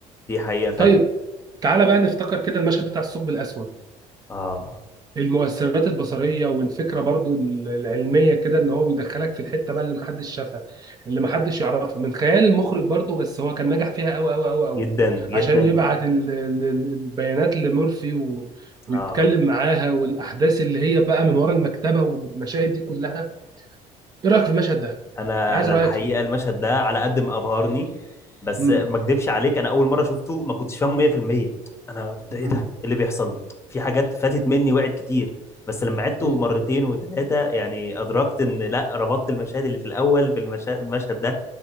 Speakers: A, on the left (about 20°); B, on the right (about 30°).
A: دي حقيقه فعلا
B: طيب تعالى بقى نفتكر كده المشهد بتاع الثقب الاسود
A: اه
B: المؤثرات البصريه والفكره برضو العلميه كده ان هو بيدخلك في الحته بقى اللي محدش شافها اللي محدش يعرفها من خيال المخرج برضو بس هو كان نجح فيها قوي قوي قوي قوي
A: جدا جدا
B: عشان يبعت ال- ال- ال- البيانات لمورفي و... ويتكلم
A: اه
B: معاها والاحداث اللي هي بقى من ورا المكتبه والمشاهد دي كلها ايه رايك في المشهد ده
A: انا
B: عايز
A: انا
B: رايك
A: الحقيقه
B: فيه
A: المشهد ده على قد ما ابهرني بس
B: مم.
A: ما اكدبش عليك انا اول مره شفته ما كنتش فاهمه 100% انا كنت ايه
B: مم.
A: ده إيه اللي بيحصل في حاجات فاتت مني وقعت كتير بس لما عدته
B: مم.
A: مرتين وثلاثه يعني ادركت ان لا ربطت المشاهد اللي في الاول بالمشهد المشهد ده